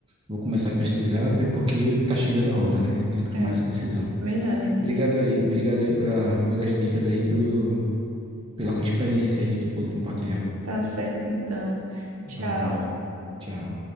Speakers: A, on the right; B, on the right.
A: Vou começar a pesquisar, até porque tá chegando a hora, né? Eu tenho que tomar
B: é
A: essa decisão.
B: verdade.
A: Obrigado aí, obrigado aí pela, pelas dicas aí, pelo, pela experiência aí que tu pôde compartilhar.
B: Tá certo, então. Tchau.
A: Valeu, tchau.